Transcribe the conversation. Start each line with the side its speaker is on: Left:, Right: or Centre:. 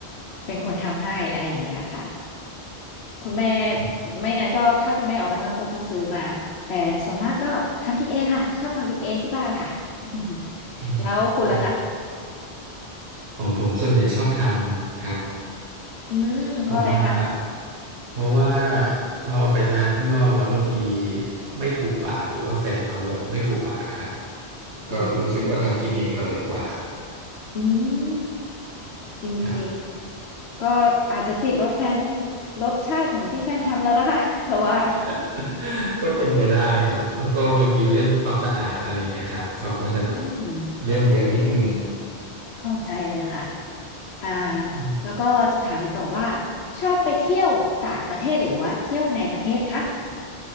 Left: เป็นคนทำให้อะไรอย่างเงี้ยค่ะคุณแม่
Right: อืม
Left: ไม่งั้นก็ถ้าคุณแม่ออกไปข้างนอกก็จะซื้อมาแต่ส่วนมากก็ทำกินเองค่ะชอบทำกินเองที่บ้านค่ะ <laughs>
Right: อืมอืม
Left: แล้วคุณล่ะคะ
Right: ของผมส่วนใหญ่ชอบทำครับ
Left: อืมเพราะอะไรคะ
Right: เพราะว่า เพราะว่าพอไปทานข้างนอกแล้วบางทีไม่ถูกปากหรือว่าแฟนเขาแบบไม่ถูกปากอะครับ
Left: อื
Right: ก็รู้สึกว่าทำกินเองอร่อยกว่า
Left: มอืม จริงๆก็อาจจะติดรสแฟน
Right: ครับ
Left: รสชาติของที่แฟนทำแล้วนะคะ <laughs> เพราะว่า
Right: <laughs> ก็เป็นไปได้ครับแล้วก็บางทีเรื่องความสะอาดอะไรเงี้ยครับเขาก็จะแบบ
Left: อืม
Right: เรื่องเยอะนิดนึง
Left: เข้าใจเลยค่ะอ่า
Right: อืม
Left: แล้วก็จะถามอีกต่อว่าชอบไปเที่ยวต่างประเทศหรือว่าเที่ยวในประเทศคะ